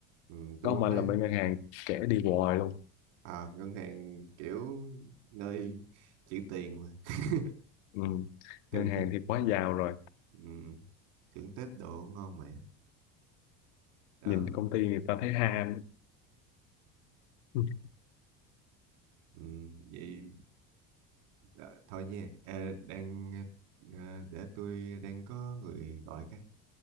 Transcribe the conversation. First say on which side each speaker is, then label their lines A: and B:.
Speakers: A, on the right; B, on the left.
A: ừ, tôi
B: có ông
A: cũng
B: anh
A: thấy
B: là bên ngân hàng kẻ đi hoài luôn
A: à, ngân hàng kiểu nơi chữ tiền mà <laughs>
B: ừ.
A: thường
B: ngân hàng
A: thường
B: thì quá giàu rồi
A: ừ, thưởng Tết đồ ngon mà đó
B: nhìn công ty người ta thấy ham <laughs>
A: ừ, vậy đó, thôi nha Ờ, đang ờ, để tôi đang có người gọi cái